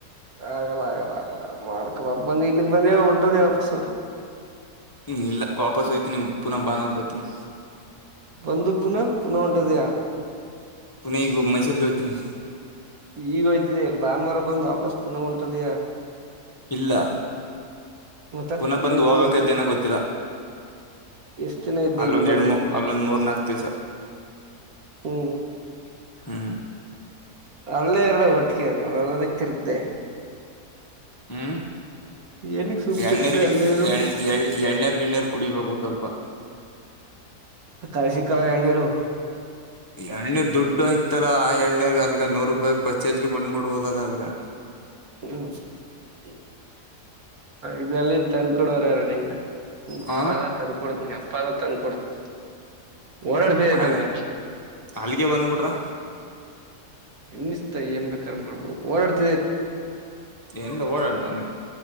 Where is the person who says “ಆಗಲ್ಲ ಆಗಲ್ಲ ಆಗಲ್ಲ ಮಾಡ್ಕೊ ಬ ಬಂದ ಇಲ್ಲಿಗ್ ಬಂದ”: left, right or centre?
Right